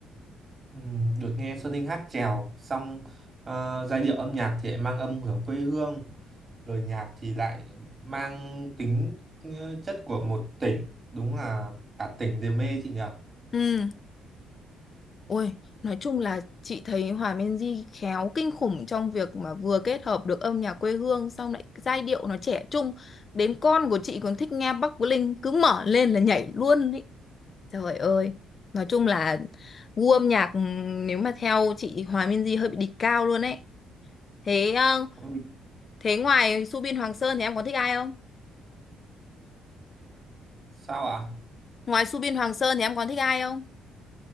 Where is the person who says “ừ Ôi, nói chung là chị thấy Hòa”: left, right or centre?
Left